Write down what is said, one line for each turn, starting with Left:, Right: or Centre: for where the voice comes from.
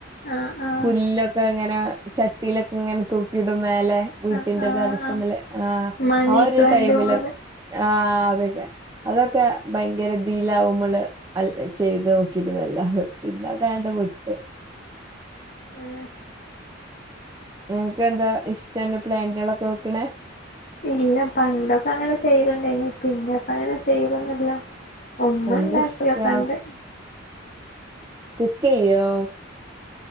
Left: ആഹ് ആഹ്
Right: പുല്ലൊക്കെ ഇങ്ങനെ ചട്ടിയല് ഒക്കെ ഇങ്ങനെ തൂക്കിയിടും മേലെ വീട്ടിന്റെ
Left: ആഹ് ആഹ്
Right: ടറസിമേല്
Left: ആഹ്
Right: ആ
Left: മണി
Right: ആ ഒരു
Left: പ്ലാന്റ്
Right: ടൈമില്
Left: പോലെ
Right: ആ അത് ഒക്കെ അത് ഒക്കെ ഭയങ്കര ദീലാവും മ്മള് അല്ല ചെയ്ത് നോക്കി ഇരുന്നത് അല്ല പിന്നെ അതാണ്ട് വിട്ട്
Left: ഉം
Right: <unintelligible> നിങ്ങക്ക് എന്താ ഇഷ്ട ഇങ്ങനെ പ്ലാന്റുകള് ഒക്കെ വെക്കണേ
Left: ഇല്ല പണ്ടൊക്കെ അങ്ങനെ ചെയല് ഒണ്ടായിന്ന് പിന്നെ ഇപ്പ അങ്ങനെ ചെയ്യലൊന്നും ഇല്ല ഉമ്മ
Right: എന്താ
Left: ഉണ്ടാക്കലൊക്കെ
Right: ഇഷ്ടാ
Left: ഒണ്ട്
Right: കുക്കയ്യോ